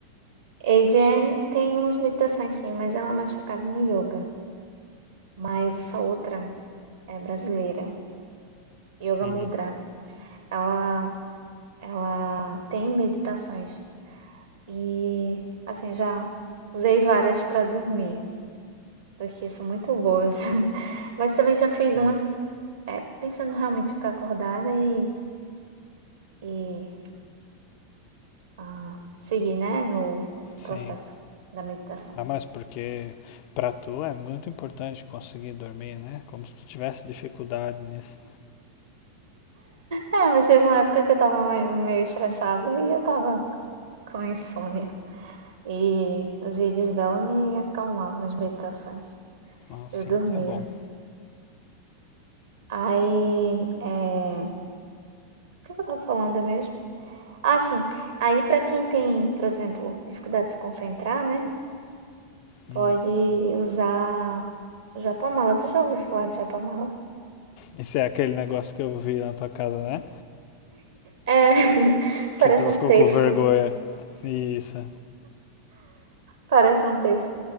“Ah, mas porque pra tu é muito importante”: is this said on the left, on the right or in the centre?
Left